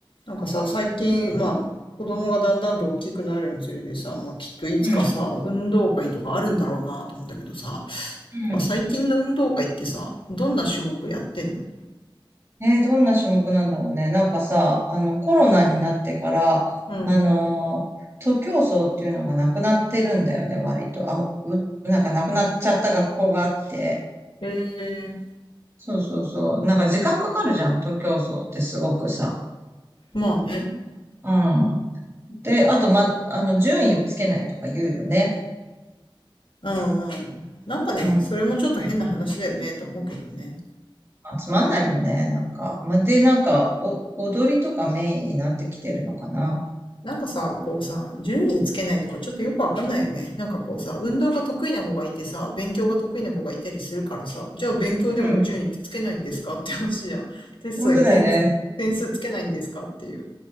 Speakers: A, on the left; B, on the right.
A: なんかさ、最近、まあ、子供がだんだんと大きくなるにつれてさ、まあきっといつかさ、
B: うん。
A: 運動会とかあるんだろうなと思うんだけどさ、
B: うん。
A: なんか最近の運動会ってさ、どんな種目やってんの
B: ね、どんな種目なんだろうね。なんかさ、あの、コロナになってから、
A: うん。
B: あのー、徒競走っていうのがなくなってるんだよね、割と。あ、う、なんかなくなっちゃった学校があって。
A: ええ
B: そうそうそう。なんか時間かかるじゃん、徒競走ってすごくさ。
A: まあね。
B: うん。で、あと、ま、あの、順位をつけないとか言うよね。
A: うんうん。なんかね、
B: うん。
A: それもちょっと変な話だよね、と思うけどね。
B: まあ、つまんないよね、なんか。まあ、で、なんか、お、踊りとかメインになってきてるのかな。
A: なんかさ、こうさ、順位つけないとかちょっとよくわかんないよね。なんかこうさ、運動が得意な子がいてさ、勉強が得意な子がいたりするからさ、じゃあ勉強でも順位つけないんですかって話じゃん。
B: うん。
A: テストに点数点数つけないんですかっていう。
B: 本当だよね。